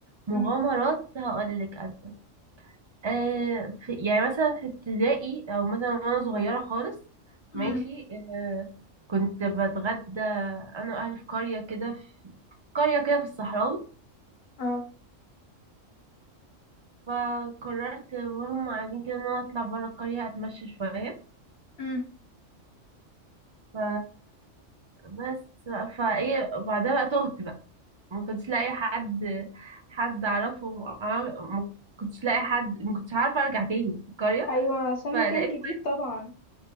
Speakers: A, on the right; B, on the left.
A: مغامرات
B: امم
A: هقول لك انا آه في يعني مثلا في ابتدائي او مثلا وانا صغيره خالص
B: امم
A: ماشي آه كنت بتغدى انا واهلي في قريه كده في قريه كده في الصحراوي
B: اه
A: فقررت وهم قاعدين كده ان انا اطلع بره القريه اتمشى شويه
B: امم
A: ف بس بقى- فايه بعدها بقى تهت بقى ما كنتش لاقي حد حد اعرفه ما ما كنتش لاقي حد ما كنتش عارفه ارجع تاني القريه
B: ايوه عشان
A: فلقيت
B: مكان جديد طبعا